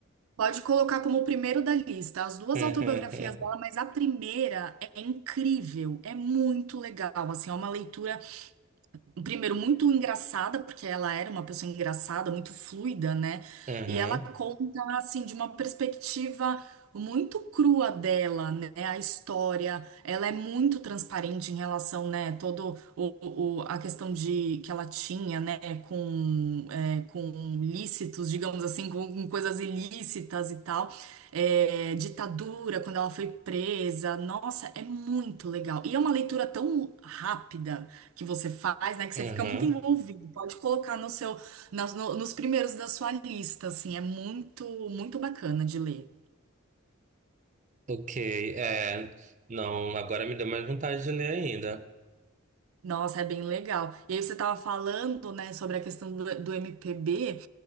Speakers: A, on the right; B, on the right.
A: pode colocar como o primeiro da lista as duas
B: <laughs>
A: autobiografias dela, mas a primeira é incrível, é muito legal. Assim, é uma leitura. primeiro, muito engraçada, porque ela era uma pessoa engraçada, muito fluida, né?
B: Aham,
A: E ela conta, assim, de uma perspectiva muito crua dela, né? A história, ela é muito transparente em relação, né? Todo o, o- a questão de que ela tinha, né? Com, é, com lícitos, digamos assim, com, com coisas ilícitas e tal. É, ditadura, quando ela foi presa. Nossa, é muito legal. E é uma leitura tão rápida que você faz, né? Que
B: aham.
A: você fica muito envolvido. Pode colocar no seu, nas- no- nos primeiros da sua lista, assim, é muito, muito bacana de ler.
B: Ok, é. Não, agora me deu mais vontade de ler ainda.
A: Nossa, é bem legal. E aí você estava falando, né, sobre a questão do, do MPB.